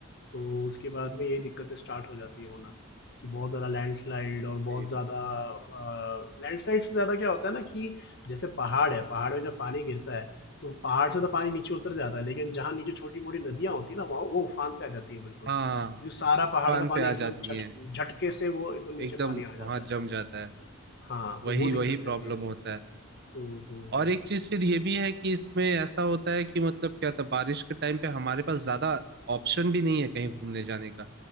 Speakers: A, on the left; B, on the right.
A: तो उसके बाद में यही दिक्कतें स्टार्ट हो जाती है होना, कि बहुत ज़्यादा लैंडस्लाइड और
B: वही
A: बहुत ज़्यादा
B: बात।
A: अ, लैंडस्लाइड से ज़्यादा क्या होता है ना कि जैसे पहाड़ है, पहाड़ में जब पानी गिरता है, तो पहाड़ से तो पानी नीचे उतर जाता है, लेकिन जहाँ नीचे छोटी-मोटी नदियाँ होती हैं ना, वहाँ वो उफान पे आ जाती है बिल्कुल,
B: हाँ
A: क्योंकि सारा पहाड़
B: फान
A: का पानी
B: पे आ
A: एकदम
B: जाती
A: झट
B: है
A: झटके से वो एकदम नीचे
B: एकदम
A: पानी आ जाता
B: वहां
A: है।
B: जम जाता है
A: हाँ, तो
B: वही
A: वो दिक्कत
B: वही
A: रहती
B: प्रॉब्लम
A: है।
B: होता है
A: हुँ, हुँ,
B: और
A: हुँ।
B: एक चीज फिर ये भी है कि इसमें ऐसा होता है कि मतलब क्या था बारिश के टाइम पे हमारे पास ज्यादा ऑप्शन भी नहीं है कहीं घूमने जाने का